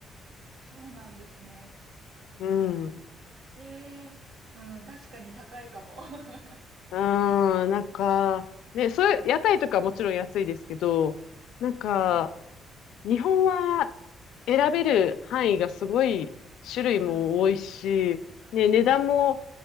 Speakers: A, on the right; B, on the left.
A: あそうなんですね。そっか、そっか。
B: うん。
A: ええうん、確かに高いかも。<laughs> う
B: うーん、なんか、ね、
A: ん、
B: それ、屋台とかもちろん安いですけど、なんか、
A: うんはい。
B: 日本は選べる範囲がすごい種類も多いし、
A: うん、
B: ね、値段も
A: そうです。